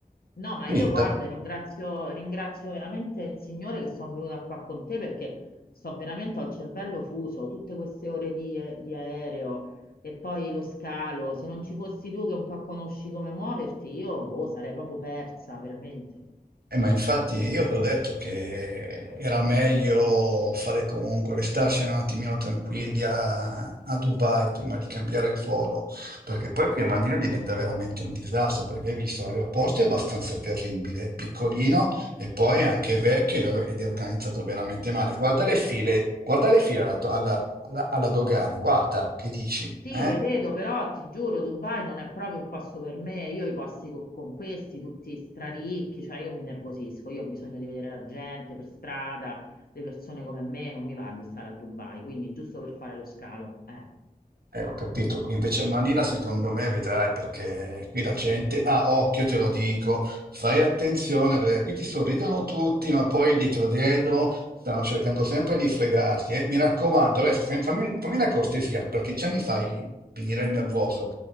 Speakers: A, on the left; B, on the right.
A: No, ma
B: Qui,
A: io guarda,
B: da...
A: ringrazio, ringrazio veramente il Signore che sono venuta qua con te perché sto veramente, ho il cervello fuso, tutte queste ore di, eh, di aereo e poi lo scalo. Se non ci fossi tu che un po' conosci come muoverti, io boh, sarei proprio persa, veramente.
B: Eh, ma infatti io ti ho detto che era meglio fare comunque, restarsene un attimino tranquilli a, a Dubai prima di cambiare il volo, perché poi qui a Manino diventa veramente un disastro, perché hai visto l'aeroporto è abbastanza terribile, è piccolino e poi è anche vecchio ed è organizzato veramente male. Guarda le file, guarda le file alla, do- alla- alla- alla dogana, guarda che dici,
A: Sì,
B: eh?
A: le vedo, però ti giuro, Dubai non è proprio il posto per me. Io i posti co- con questi, tutti straricchi, cioè io mi innervosisco, io ho bisogno di vedere la gente per strada, le persone come me, non mi va di stare a Dubai, quindi giusto per fare lo scalo. Eh,
B: Eh, ho capito, qui invece a Manila secondo me vedrai perché qui la gente, ah occhio te lo dico, fai attenzione perché qui ti sorridono tutti ma poi dietro dietro stanno cercando sempre di fregarti. eh. Mi raccomando, adesso fammi, fammi- fammi una cortesia perché già mi fai venire il nervoso.